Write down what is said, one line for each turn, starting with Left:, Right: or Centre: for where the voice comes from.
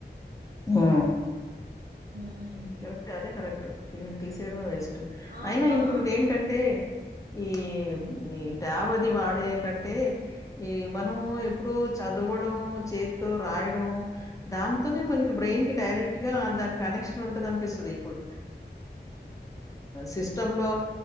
Left: ఆ
Right: ఉమ్
Left: కరెక్ట్ అదే కరెక్ట్ ఈమని తీసేయడామే వెస్ట్
Right: ఆ
Left: అయినా
Right: ఆ
Left: ఇంకొకటి ఏంటంటే ఈ ఈ ట్యాబు వాడే కంటే ఈ మనము ఎప్పుడు చదవడం చేతితో రాయడం దాంతోనే మనకి బ్రెయిన్ కి డైరెక్ట్ గా దాని కనెక్షన్ ఉంటంది అనిపిస్తుంది ఇప్పుడు సిస్టమ్ లో